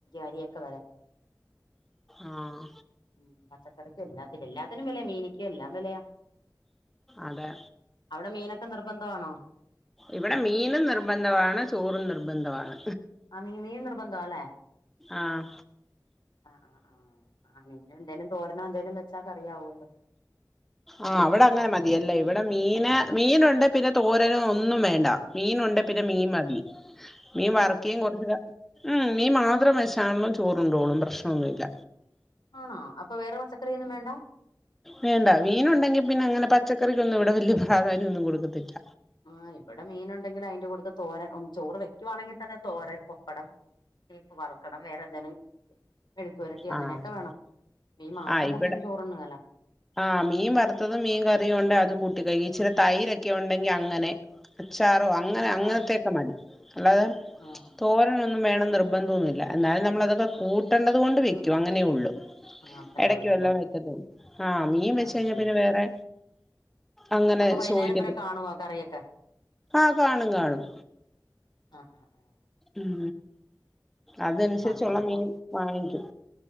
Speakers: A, on the left; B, in the centre.
A: അരിയൊക്കെ വില
B: ആഹ്
A: ഉം പച്ചക്കറിക്കും എല്ലാത്തിനും എല്ലാത്തിനും വിലയാ മീനികും എല്ലാം വിലയാ
B: അതെ
A: അവിടെ മീനൊക്കെ നിർബന്ധമാണോ
B: ഇവിടെ മീനും നിർബന്ധമാണ് ചോറും നിർബന്ധമാണ്
A: ആഹ് മീൻ നിർബന്ധം അല്ലെ
B: ആഹ്
A: ആഹ് ആഹ് ആഹ് ആഹ് മീനും എന്തേലും തോരനോ എന്തേലും വെച്ചാ കറി ആവൂല്ലോ
B: ആഹ് അവിടെ അങ്ങനെ മതിയല്ലോ ഇവിടെ മീന് മീനുണ്ട് പിന്നെ തോരനും ഒന്നും വേണ്ട മീൻ ഉണ്ടെ പിന്നെ മീൻ മതി മീൻ വറക്കുക്കയും കുറച്ച് ഉം മീൻ മാത്രം മതി അണ്ണൻ ചോറണ്ടോളും പ്രശ്നമൊന്നുമില്ല
A: ആണോ അപ്പൊ വേറെ പച്ചക്കറി ഒന്നും വേണ്ട
B: വേണ്ട മീൻ ഉണ്ടെങ്കിൽ പിന്നെ അങ്ങനെ പച്ചക്കറിക്കൊന്നും ഇവിടെ വലിയ പ്രാധാന്യം ഒന്നും കൊടുക്കത്തില്ല
A: ആഹ് ഇവിടെ മീൻ ഉണ്ടെങ്കിൽ അതിന്റെ കൂടുത്ത തോരൻ ചോറ് വെക്കുവാണെങ്കിൽ തന്നെ തോരൻ പപ്പടം വറക്കണം വേറെന്തെലും മെഴുക്കുവരട്ടി അങ്ങനെയൊക്കെ
B: ആഹ്
A: വേണം മീൻ മാത്രം
B: ആഹ് ഇവിടെ
A: കൂട്ടി ചോറ് ഉണ്ണ് വേല
B: ആഹ് മീൻ വറുത്തതും മീൻ കറിയൊണ്ട് അത് കൂട്ടി കഴിക്കും ഇച്ചിരി തൈരൊക്കെ ഉണ്ടെങ്കി അങ്ങനെ അച്ചാറോ അങ്ങനെ
A: ആഹ്
B: അങ്ങനത്തെയൊക്കെ
A: ആഹ്
B: മതി അല്ലാതെ
A: ആഹ്
B: തോര തോരൻ ഒന്നും വേണം നിർബന്ധ ഒന്നുമില്ല എന്നാലും നമ്മൾ അതൊക്കെ കൂട്ടണ്ടതുകൊണ്ട് വെക്കും അങ്ങനേ ഉള്ളൂ
A: ആഹ് അത്രേ
B: ഇടയ്ക്ക
A: ഉള്ളൂ
B: വെല്ലൊം
A: അല്ലേ
B: വെക്കത്തുള്ളൂ ആഹ് മീൻ വെച്ച് കഴിഞ്ഞാ
A: ആഹ് ആഹ്
B: പിന്നെ വേറെ അങ്ങനെ
A: അപ്പൊ വൈകുന്നേരം
B: ചോദിക്കത്തി
A: വരെ കാണുവോ കറിയൊക്കെ
B: ആഹ് കാണും കാണും
A: ആഹ് ആഹ്
B: ഉം അതനുസരിച്ചുള്ള
A: അപ്പൊ പണി എളുപ്പവാ
B: മീൻ വാങ്ങിക്കു